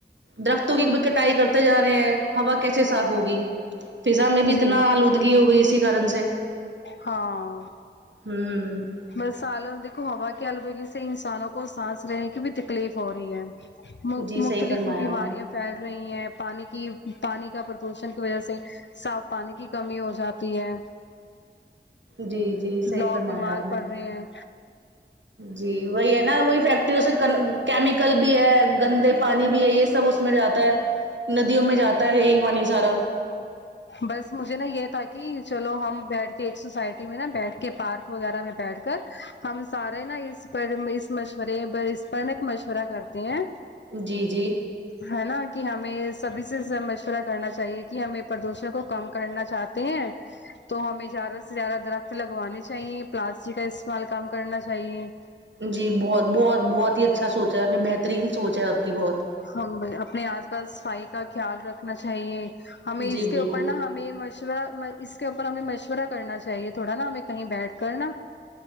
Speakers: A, on the right (about 75°); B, on the left (about 70°).
A: درختوں کی بھی کٹائی کرتے جا رہے ہیں ہوا کیسے صاف ہوگی پزا میں بھی اتنا
B: جی
A: آلودگی ہو گئی اسی کارن سے
B: ہاں
A: ہ ہ
B: بس آل دیکھو ہوا کی آلودگی سے انسانوں کو سانس لینے کی بھی تکلیف ہو رہی ہے
A: جی
B: مختلف
A: صحیح فرمایا
B: بیماریاں
A: آپ نے
B: پھیل رہی ہیں پانی کی پانی کا پردوشن کی وجہ سے صاف پانی کی کمی ہو جاتی تی ہے
A: جی جی صحیح
B: لوگ
A: فرمایا
B: بیمار
A: آپ
B: پڑ
A: نے
B: رہے ہیں
A: جی وہی ہے نا وہی فیکٹریوں سے کیمیکل بھی ہے گندے پانی بھی ہے یہ سب اس اس میں جاتا ہے ندیوں میں جاتا ہے یہی پانی سارا
B: بس مجھے نا یہ تھا کہ چلو ہم بیٹھ کے ایک سوسائٹی میں نا بیٹھ کے پارک وغیرہ میں بیٹھ کر ہم سارے نا اس پر اس مشورے پر اس پر نا ایک مشورہ کرتے ہیں
A: جی جی
B: ہے نا کہ ہمیں سبھی سے مشورہ کرنا چاہیے کہ ہمیں پردوشن کو کم کرنا چاہتے ہیں تو ہمیں زیادہ سے زیادہ درخت لگوانے چاہیے پلاسٹک کا استعمال کم کرنا چاہیے
A: جی بہت بہت بہت ہی اچھا سوچا ہے آپ نے بہترین سوچ ہے آپ کی بہت
B: ہم اپنے آس پاس صفائی کا خیال رکھنا چاہیے ہمیں اس
A: جی
B: کے
A: بالکل
B: اوپر نا ہمیں اس کے اوپر ہمیں مشورہ کرنا چاہیے تھوڑا نا ہمیں کہیں بیٹھ کر نا